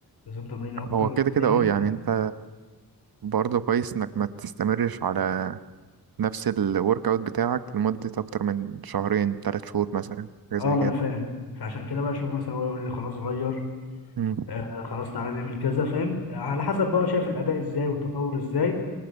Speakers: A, on the left; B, on the right.
A: نظام تمرين أكتر
B: هو كده كده
A: تاني
B: اه يعني انت برضه كويس انك ما تستمرش على نفس الورك اوت بتاعك لمده اكتر من شهرين ثلاث شهور مثلا حاجه
A: اه
B: زي
A: ما
B: كده
A: انا فاهم فعشان كده بقى اشوف مثلا هو يقول لي خلاص غير
B: امم
A: آه خلاص تعالى نعمل كذا فاهم آه على حسب بقى هو شايف الاداء ازاي والتطور ازاي